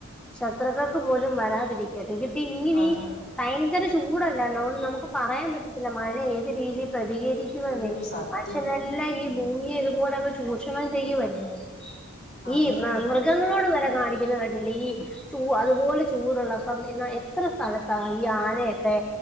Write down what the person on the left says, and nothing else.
അതെ
അയ്യോ സത്യം
അതാന്നെ